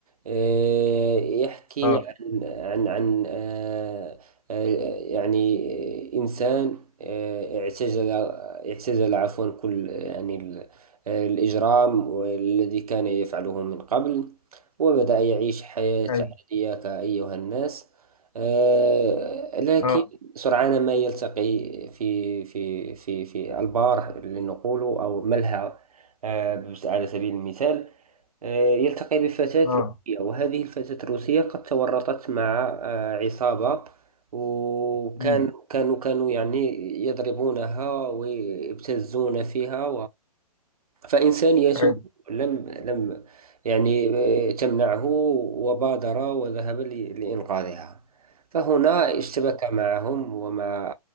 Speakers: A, on the right; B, on the left.
A: آه، يحكي
B: اه
A: عن عن عن آه، آه، يعني إنسان آه، اعتزل اعتزل عفوا كل يعني ال- آه، الإجرام الذي كان يفعله من قبل وبدأ يعيش حياة
B: ايوه
A: عادية كأيها الناس آه، لكن
B: اه
A: سرعان ما يلتقي في في في في البار لنقول أو ملهى آه، على سبيل المثال آه، يلتقي بفتاة
B: اه
A: روسية وهذه الفتاة الروسية قد تورطت مع آه، عصابة وكان
B: امم
A: كانوا كانوا يعني يضربونها ويبتزون فيها فإنسانيته
B: ايوه
A: لم لم يعني آه، تمنعه وبادر وذهب ل- لإنقاذها فهنا اشتبك معهم ومع